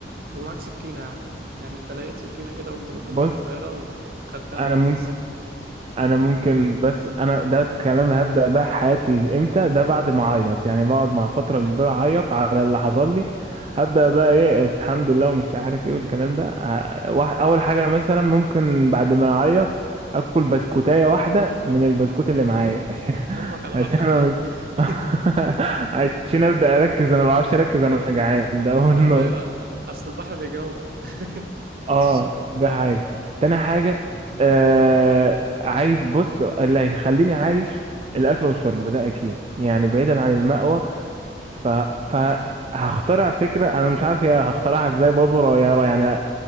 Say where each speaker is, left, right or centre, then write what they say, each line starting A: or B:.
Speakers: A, on the right (about 55°); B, on the right (about 30°).
A: ومعاك سكينة يا عم يعني انت لقيت سكينة كده وانت بتنط
B: بص
A: من الطيارة وخدتها
B: انا
A: معاك
B: ممكن
A: في السكة
B: انا ممكن بس انا ده الكلام هبدأ بقى حياتي امتى ده بعد ما اعيط يعني بقعد مع فترة
A: <laughs>
B: كبيرة اعيط على اللي حصل لي هبدأ بقى ايه الحمد لله ومش عارف ايه والكلام ده ه- واح- اول حاجة مثلا ممكن بعد ما اعيط اكل بسكوتاية واحدة من البسكوت اللي معايا <laughs> عشان
A: همك على
B: عشان
A: بطنك
B: انا
A: يعني
B: مش
A: <laughs>
B: <laughs> عشان ابدأ اركز انا ما بعرفش اركز انا
A: اه
B: جعان ده اول
A: ايوه
B: نقطة
A: ايوه اصل البحر بيجوع <laughs> ماشي
B: اه ده حاجة تاني حاجة آه عايز بص اللي هيخليني عايش الأكل والشرب ده أكيد يعني بعيدا
A: اه
B: عن المأوى
A: ده حقيقة
B: ف... فهخترع فكرة أنا مش عارف هي هخترعها إزاي برضه يا- يعني